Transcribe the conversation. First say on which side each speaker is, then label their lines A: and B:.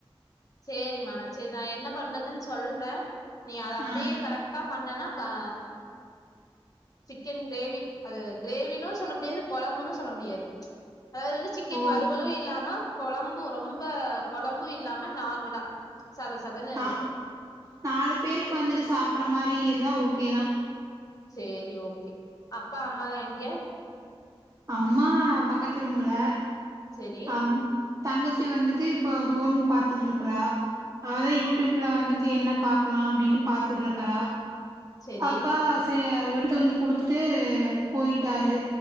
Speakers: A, on the left; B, on the right.
A: சேரிமா நா சேரி நா என்ன பண்றதுன்னு சொல்றே நீ அத அப்டியே
B: ஆ
A: கரெக்ட்டா பண்ணனா ஆ சிக்கன் கிரேவி அது கிரேவினோ சொல்ல முடியாது கொழம்புனு சொல்ல முடியாது அதாவது வந்து சிக்கன்
B: ஓ
A: வறுவலு இல்லாம கொழம்பு ரொம்ப கொழம்பு இல்லாம நார்மலா சத சதன்னு
B: நா
A: இருக்கோ
B: நாலு பேருக்கு வந்துட்டு சாப்புற மாரி இருந்தா ஓகே தா
A: சேரி ஓகே அப்பா அம்மாலா எங்க
B: அம்மா பக்கத்து ரூமுல
A: செரி
B: அப் தங்கச்சி வந்துட்டு இப்ப ஃபோன் பாத்துட்ருக்குறா அதா யூ டியூப்ல வந்துட்டு என்ன பாக்கலா அப்டின்னு பாத்துட்ருக்கறா
A: செரி
B: அப்பா ச எடுத்து வந்து குடுத்துட்டு போய்ட்டாரு